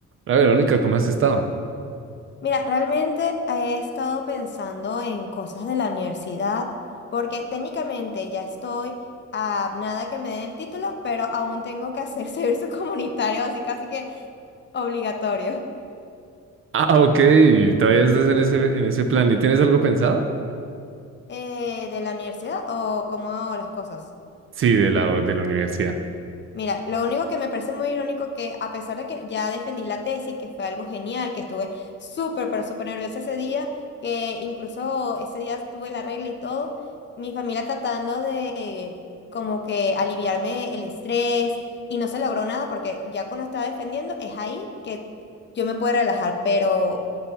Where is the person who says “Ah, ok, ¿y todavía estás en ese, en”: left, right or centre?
Right